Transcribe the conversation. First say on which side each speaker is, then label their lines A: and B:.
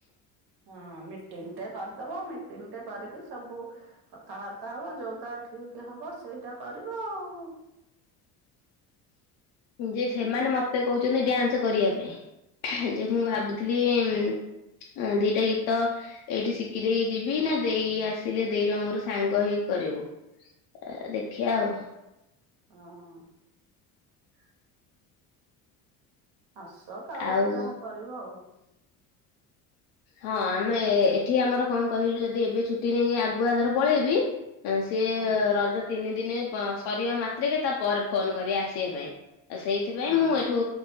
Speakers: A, on the right; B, on the left.
A: ହଁ ମିଟିଙ୍ଗ ଟେ କରିଦବ ମିଟିଙ୍ଗଟେ କରିକି ସବୁ କଥାବାର୍ତ୍ତା ହବ ଯୋଉଟା ଠିକ ହବ ସେଇଟା କରିବା ଆଉ।
B: ଯେ ସେମାନେ ମତେ କହୁଛନ୍ତି ଡ୍ୟାନ୍ସ କରିବା ପାଇଁ ଯେ ମୁଁ ଭାବୁଥିଲି ଉମ ଦିଟା ଗୀତ ଏଇଠି ଶିଖି ଦେଇକି ଯିବି ନା ଦେଇ ଆସିଲେ ଦେଇ ର ମୋର ସାଙ୍ଗ ହେଇକି କରିବୁ ଏ ଦେଖିବା ଆଉ।
A: ହଁ। ଆସ ତାପରେ
B: ଆଉ
A: ଯାହା କରିବ ଆଉ
B: ହଁ ଆମେ ଏଠି ଆମର କଣ କହିଲୁ ଯଦି ଏବେ ଛୁଟି ନେଇକି ଆଗୁଆଧର ପଳେଇ ବି ସିଏ
A: ହଁ
B: ରଜ ତିନି ଦିନେ ସରିିବା ମା ଟିକେ ତା ପରେ ଫୋନ କରି ଆସିବା ପାଇଁ ଆ ସେଇଥିପାଇଁ
A: ହଁ
B: ମୁଁ ଏଠୁ